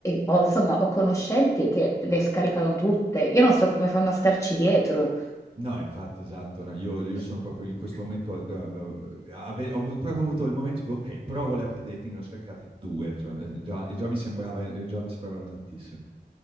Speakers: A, on the left (about 15°); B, on the right (about 30°).
A: ho, insomma, ho conoscenti che le scaricano tutte. Io non so come fanno a starci dietro.
B: No, infatti, esatto, no, io, io
A: <laughs>
B: sono proprio in questo momento, ave- ho proprio avuto il momento in cui, ok, provo le app di dating, ne ho scaricate due, cioè, eh, già, e già mi sembrava, eh, già mi sembravano tantissime.